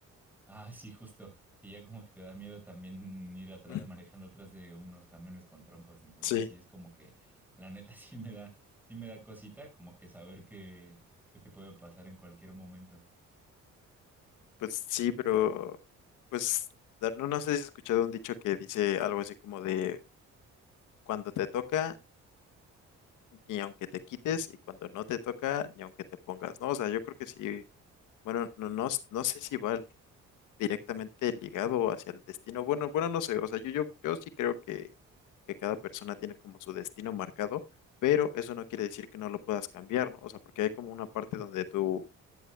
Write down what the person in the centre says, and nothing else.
Ah, sí, justo. Y ya como que te da miedo también ir atrás,
manejando atrás de unos camiones con troncos. Entonces
sí es como que, la neta, <laughs> sí me da, sí me da cosita, como que saber que, que te puede pasar en cualquier momento.